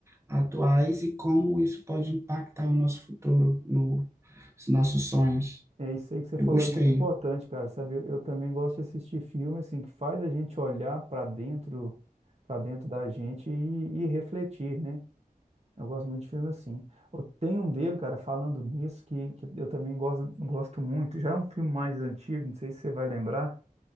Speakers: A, on the right (about 20°); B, on the right (about 45°).
A: atuais e como isso pode impactar o nosso futuro, no, os nossos sonhos.
B: É isso aí que você
A: Eu
B: falou,
A: gostei.
B: é muito importante, cara, sabe? Eu, eu também gosto de assistir filme, assim, que faz a gente olhar para dentro, para dentro da gente e, e refletir, né? Eu gosto muito de filme assim. Eu tenho um dele, cara, falando nisso, que, que eu também gosto, gosto muito. Já é um filme mais antigo, não sei se você vai lembrar,